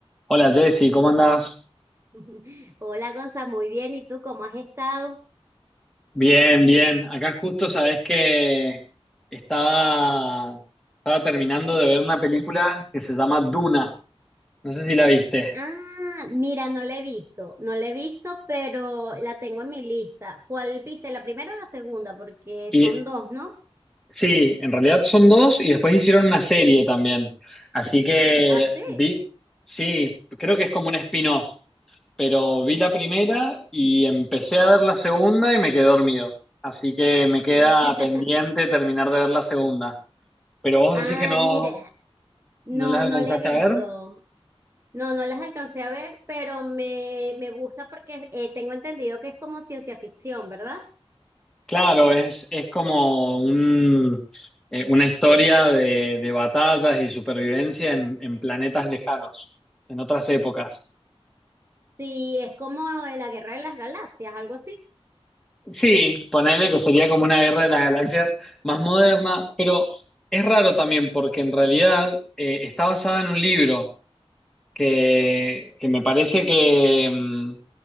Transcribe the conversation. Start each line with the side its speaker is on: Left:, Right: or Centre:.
Centre: Hola Jessy, ¿cómo andás?
Right: <laughs> Hola, Gonza, muy bien. ¿Y tú cómo has estado?
Centre: Bien, bien. Acá justo sabés que estaba, estaba terminando de ver una película que se llama Duna. No sé si la viste.
Right: Ah, mira, no la he visto, no la he visto, pero la tengo en mi lista. ¿Cuál viste? ¿La primera o la segunda? Porque
Centre: Y
Right: son dos, ¿no?
Centre: sí, en realidad son dos y después hicieron una serie también. Así que
Right: Ah, sí.
Centre: vi, sí, creo que es como un spin-off, pero vi la primera y empecé a ver la segunda y me quedé dormido. Así que me queda
Right: <laughs>
Centre: pendiente terminar de ver la segunda. Pero vos
Right: Ah,
Centre: decís que no.
Right: mira, no,
Centre: ¿No las alcanzaste
Right: no la he visto.
Centre: a ver?
Right: No, no las alcancé a ver, pero me, me gusta porque eh, tengo entendido que es como ciencia ficción, ¿verdad?
Centre: Claro, es, es como un, eh, una historia de, de batallas y supervivencia en, en planetas lejanos, en otras épocas.
Right: Sí, es como la Guerra de las Galaxias, algo así.
Centre: Sí, ponele que sería como una guerra de las galaxias más moderna, pero es raro también porque en realidad eh, está basada en un libro que, que me parece que, mm,